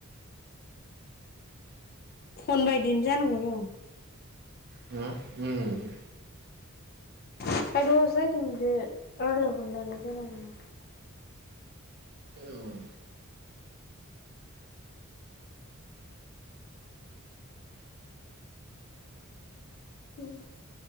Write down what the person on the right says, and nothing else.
हो ओम
ओं।